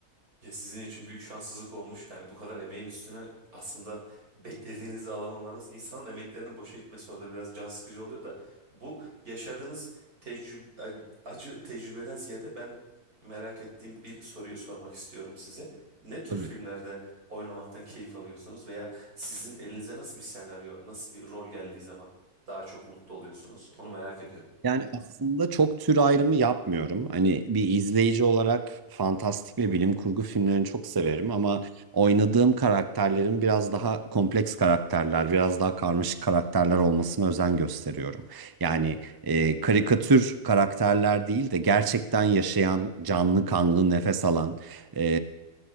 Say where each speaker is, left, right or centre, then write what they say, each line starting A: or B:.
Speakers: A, on the right (about 75°); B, on the right (about 25°).
A: Ya sizin için büyük şanssızlık olmuş. Yani bu kadar emeğin üstüne aslında beklediğinizi alamamanız insanın emeklerinin boşa gitmesi orada biraz can sıkıcı oluyor da bu yaşadığınız tecrübe, acı tecrübeden ziyade ben merak ettiğim bir soruyu sormak istiyorum size. Ne tür
B: Tabii.
A: filmlerde oynamaktan keyif alıyorsunuz veya sizin elinize nasıl bir senaryo, nasıl bir rol geldiği zaman daha çok mutlu oluyorsunuz? Onu merak ediyorum.
B: Yani aslında çok tür ayrımı yapmıyorum. Hani bir izleyici olarak fantastik ve bilim kurgu filmlerini çok severim ama oynadığım karakterlerin biraz daha kompleks karakterler, biraz daha karmaşık karakterler olmasına özen gösteriyorum. Yani e, karikatür karakterler değil de gerçekten yaşayan, canlı kanlı, nefes alan, e,